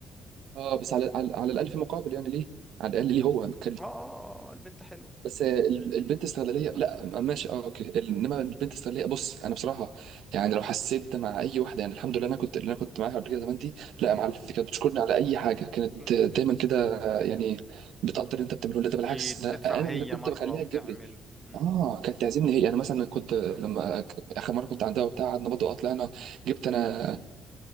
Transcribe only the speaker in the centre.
آه آه، البنت حلوة
مم.
مم.
أكيد
وتدفع
هي
مرة
وتعمل
مم.